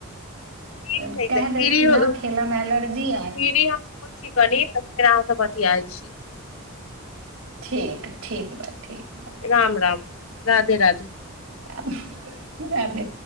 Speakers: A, on the left; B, on the right.
A: ठीक
B: जहन
A: छै
B: कहि
A: तऽ फ्री
B: देत कि नहि
A: फ्री
B: खेलयमे एलर्जी आयल
A: हम होइ छी कनि तऽ फेर अहाँ से बतियाय छी <unintelligible>
B: ठीक ठीक बा ठीक बा
A: राम राम राधे राधे
B: राधे राधे